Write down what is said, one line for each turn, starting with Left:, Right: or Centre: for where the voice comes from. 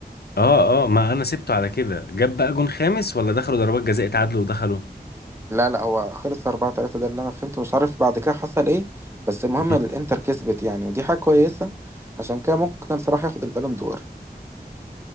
Left: اه اه ما انا سبته على كده جاب بقى جون خامس ولا دخلوا ضربات جزاء اتعادلوا ودخلوا
Right: لا لا هو خلص 4 3 ده اللي انا فهمته مش عارف بعد كده حصل ايه بس المهم
Left: مم.
Right: الانتر كسبت يعني ودي حاجة كويسة عشان كده ممكن صلاح ياخد البالون دور